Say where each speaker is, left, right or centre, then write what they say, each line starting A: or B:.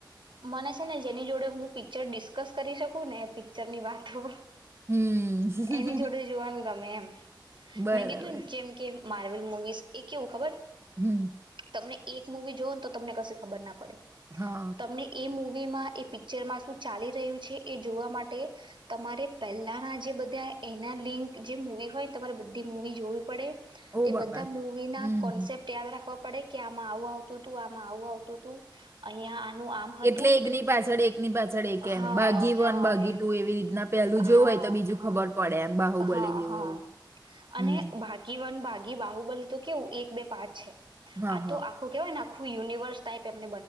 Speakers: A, on the right; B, on the right.
A: મને છે ને જેની જોડે હું પિક્ચર ડિસ્કસ કરી શકું ને પિક્ચર ની વાતો
B: હમ
A: એની જોડે જોવાનું ગમે એમ
B: બરાબર
A: મેં કીધું ને જેમ કે માર્વેલ મુવીઝ એ કેવું ખબર
B: હમ
A: તમને એક મુૂવી જોવ ને તો તમને ક ખબર ના પડે
B: હા
A: તમને એ મુ મવીમાં એ પિક્ચરમાં શું ચાલી રહ્યું છે એ જોવા માટે તમારે પહેલાના જે બધા એના લિંક જે મૂવી હોય ને તમારે બધી મૂવી જોવી પડે
B: ઓ
A: એ
B: બાબા
A: બધા મુવી ના
B: હમ.
A: કોન્સેપ્ટ યાદ રાખ ર પડે કે આમાં આવું આવતું હતું આમાં આવું આવતું હતું અહિયાં આનું આમ હતું
B: એટલે એકની પાછળ એકની પાછળ એક
A: હા
B: એમ બાગી
A: હા
B: વન બાગી
A: એમ
B: ટુ એવી રીતના પેલું જોવું
A: હા
B: હોય તો બીજું
A: હા
B: ખબર પડે એમ બાહુ બોલી
A: હા
B: દવું
A: હા
B: એવું હમ
A: અને ભાગી વન ભાગી બાહુ બલે તો કેવું એક બે પાઠ છે
B: હા
A: આ
B: હા
A: તો આખું કેવાય ને આખું યનિવર્સ ટાઈપ બ